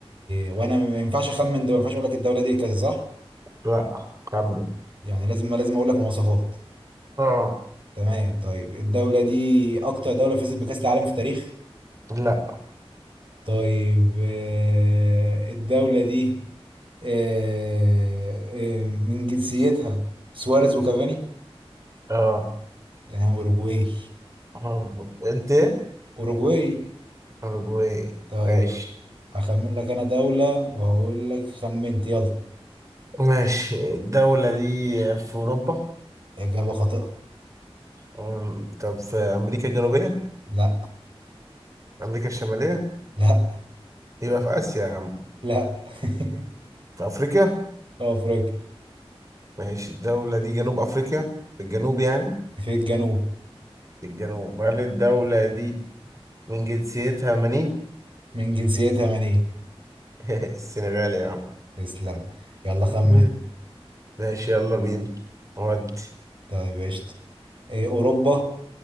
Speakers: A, on the right (about 55°); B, on the right (about 30°).
A: وأنا ما ينفعش أخمن دول ما ينفعش أقول لك الدولة دي كذا صح؟
B: لا خمن
A: يعني لازم لازم أقول لك مواصفات
B: اه
A: تمام طيب الدولة دي أكتر دولة فازت بكأس العالم في التاريخ
B: لا
A: طيب آه، الدولة دي آه، آه، من جنسيتها سواريز وكافاني
B: اه
A: تمام أوروجواي
B: أرجو- قلت ايه
A: أوروجواي
B: أرجواي
A: طيب
B: ماشي
A: يلا هخمن لك أنا دولة وهقول لك خمنت يلا
B: ماشي الدولة دي في أوروبا
A: إجابة خاطئة
B: أم، طب في أمريكا الجنوبية
A: لا
B: أمريكا الشمالية
A: لا
B: يبقى في آسيا يا عم
A: لا <laughs>
B: في أفريقيا
A: في أفريقيا
B: ماشي الدولة دي جنوب أفريقيا في الجنوب يعني
A: في الجنوب
B: في الجنوب هل الدولة دي من جنسيتها مني
A: من جنسيتها من إيه
B: <laughs> السنغال يا عم
A: تسلم يلا خمن
B: <laughs>
A: انت.
B: ماشي يلا بينا ودي
A: طيب قشطة إيه، أوروبا